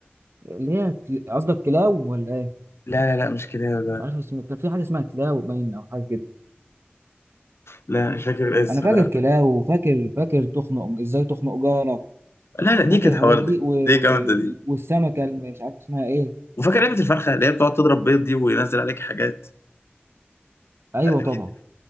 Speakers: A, on the right (about 75°); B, on the left (about 80°).
A: اللي هي كل- قصدك كلاو ولا ايه
B: لا لا لا مش كده لا
A: مش عارف اسمه كان في حاجه اسمها كلاو باين او حاجه كده
B: لا مش فاكر الاسم
A: انا فاكر
B: لا
A: كلاو وفاكر فاكر تخنق ازاي تخنق جارك
B: لا لا دي
A: فاكر
B: كانت
A: الحاجات
B: حوار
A: دي
B: دي
A: و...
B: دي جامدة دي
A: والسمكه اللي مش عارف اسمها ايه
B: وفاكر لعبة الفرخة اللي هي بتقعد تضرب بيض دي وينزل عليك حاجات
A: ايوه
B: اكيد
A: طبعا